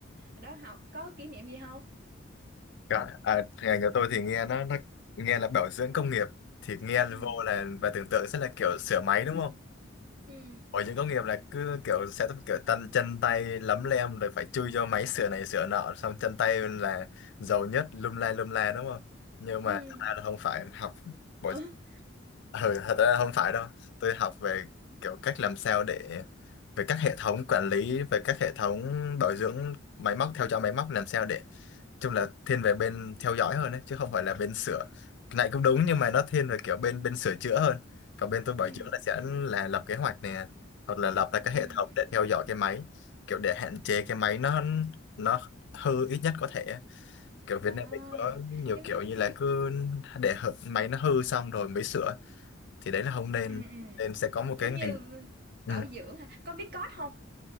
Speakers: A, on the right; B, on the left.
A: Đó học có kỷ niệm gì không?
B: Cả- À, ngành của tôi thì nghe nó, nó nghe là bảo dưỡng công nghiệp. Thì nghe vô
A: Ừ,
B: là bà tưởng tượng sẽ là kiểu sửa máy đúng không?
A: ừ
B: Bảo hiểm công nghiệp là cứ kiểu sẽ kiểu tân chân tay lấm lem rồi phải chui cho máy sửa này sửa nọ xong chân tay là giàu nhất lum la lum la đúng không nhưng
A: ừ
B: mà thật ra là không phải học bảo
A: ừ,
B: ừ thật ra không phải đâu tôi học về kiểu cách làm sao để về các hệ thống quản lý về các hệ thống bảo dưỡng máy móc theo dõi máy móc làm sao để chung là thiên về bên theo dõi hơn đấy chứ không phải là bên sửa Cái này cũng đúng nhưng mà nó thiên về kiểu bên bên sửa chữa hơn còn bên tôi bảo
A: ừ
B: dưỡng là sẽ là lập kế hoạch nè hoặc là lập ra cái
A: ừ
B: hệ thống để theo dõi cái máy kiểu để hạn chế cái máy nó nó hư ít nhất có thể kiểu Việt
A: à,
B: Nam mình có nhiều
A: giống
B: kiểu
A: như
B: như
A: viết,
B: là cứ để hở- máy nó hư xong rồi mới sửa thì đấy là không nên
A: ừ, ừ.
B: nên sẽ có một
A: giống
B: cái ngành
A: như
B: ừ,
A: bảo dưỡng ha. Có viết code không?